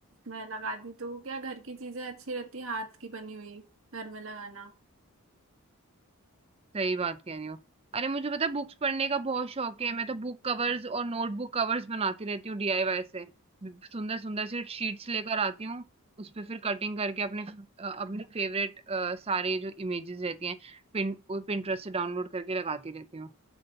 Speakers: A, on the right; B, on the right.
A: मैं लगा दी तो क्या घर की चीजें अच्छी रहती हैं, हाथ की बनी हुई घर में लगाना
B: सही बात कह रही हो अरे मुझे पता है बुक्स पढ़ने का बहुत शौक है मैं तो बुक कवर्स और नोटबुक कवर्स बनाती रहती हूँ डीआईवाई से सुंदर सुंदर सी शीट्स लेकर आती हूँ उस पे फिर कटिंग करके अपने अ, अपने फेवरेट सारे जो इमेजेस रहती हैं पिन पिंटरेस्ट से डाउनलोड करके लगाती रहती हूँ